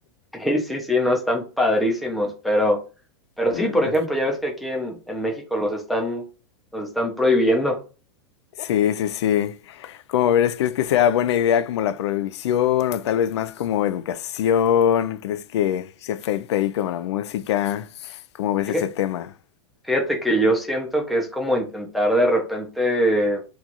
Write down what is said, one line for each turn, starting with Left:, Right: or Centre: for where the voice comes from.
Centre: Sí, sí, sí, no, están padrísimos, pero, pero sí,
Left: Eh,
Centre: por ejemplo, ya ves que aquí en, en México los están, los están prohibiendo.
Left: Sí, sí, sí. ¿Cómo ves? ¿Crees que sea buena idea como la prohibición o tal vez más como educación? ¿Crees que se afecta ahí como la música? ¿Cómo ves
Centre: Fíjate,
Left: ese tema?
Centre: fíjate que yo siento que es como intentar de repente